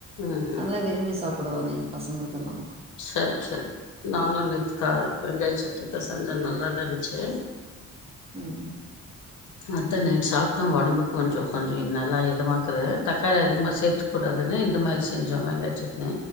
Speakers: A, on the left; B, on the right.
A: ம்ஹும்
B: நல்லா விரும்பி சாப்புடுவாங்க எங்க பசங்க இதெல்லா
A: சேர் சேர் நானு நேத்துக்கா வெங்காய சட்டினி தா செஞ்சே நல்லா தா இருஞ்ச்சு
B: ம்
A: அதா நைட் சாப்ட்டோ ஒடம்புக்கு கொஞ்சோ கொஞ்சோ நல்லா இதமா இருக்கு தக்காளி அதிகமா சேத்துக் கூடாதுன்னு இந்த மாதிரி செஞ்சோ வெங்காய சட்னி